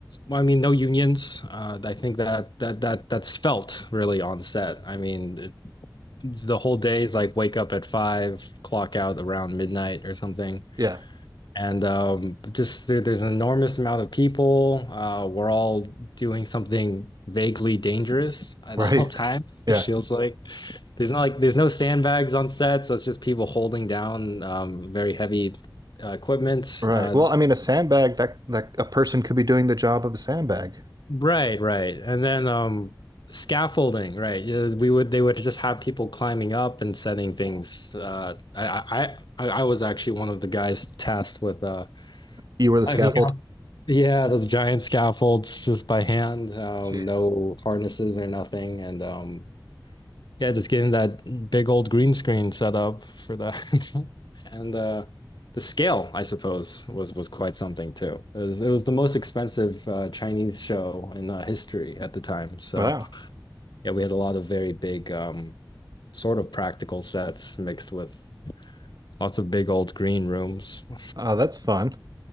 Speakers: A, on the left; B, on the right.
A: well, I mean, no unions. Uh, I think that that that that's felt really on set. I mean, it, the whole day is like wake up at five, clock out around midnight or something.
B: Yeah.
A: And um, just there, there's an enormous amount of people. Uh, we're all doing something vaguely dangerous at
B: Right.
A: all <laughs> times.
B: Yeah.
A: It feels like there's not like there's no sandbags on set, so it's just people holding down um, very heavy uh, equipment.
B: Right.
A: Uh,
B: Well, I mean, a sandbag that that a person could be doing the job of a sandbag.
A: right, right. And then um, scaffolding, right? Yeah, We would they would just have people climbing up and setting things. Uh, I, I I I was actually one of the guys tasked with uh,
B: You
A: <laughs>
B: were the scaffold.
A: I mean, yeah, yeah, those giant scaffolds just by hand, um,
B: Jeez.
A: no harnesses or nothing, and um, yeah, just getting that big old green screen set up for that, <laughs> and uh, the scale, I suppose, was was quite something too. It was it was the most expensive uh, Chinese show in uh, history at the time. So
B: Wow.
A: yeah, we had a lot of very big, um, sort of practical sets mixed with lots of big old green rooms. <laughs>
B: Oh, that's fun.